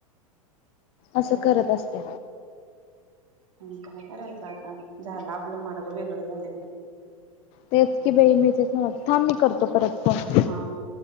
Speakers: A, on the right (about 65°); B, on the left (about 35°).
A: त्यात
B: असं करत असते
A: प काय करायचं आता झाला आपलं मार्ग वेगळं झाले
B: तेच की बाई मी तेच म्हणा थांब मी करतो परत फोन
A: हां